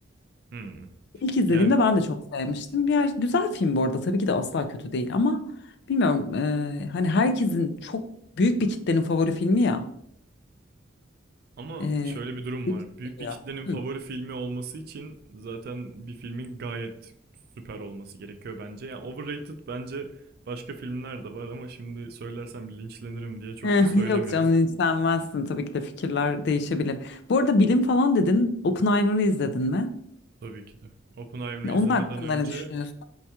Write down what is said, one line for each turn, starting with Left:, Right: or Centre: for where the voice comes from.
Right: Hmm.
Left: İlk izlediğimde
Right: Yani
Left: ben de çok sevmiştim. Bir güzel film bu arada tabii ki de asla kötü değil ama bilmiyorum e, hani herkesin çok büyük bir kitlenin favori filmi ya.
Right: Ama
Left: E,
Right: şöyle bir durum
Left: bir-
Right: var. Büyük
Left: geliyor.
Right: bir kitlenin favori
Left: Hı. <laughs>
Right: filmi olması için zaten bir filmin gayet süper olması gerekiyor bence. Yani overrated bence başka filmler de var ama şimdi söylersem linçlenirim diye çok
Left: Eh,
Right: da söylemiyorum.
Left: Yok canım linçlenmezsin tabii ki de fikirler değişebilir. Bu arada bilim falan dedin Oppenheimer'ı izledin mi?
Right: Tabii ki de. Oppenheimer'ı
Left: Onun
Right: izlemeden
Left: hakkında
Right: önce
Left: ne düşünüyorsun?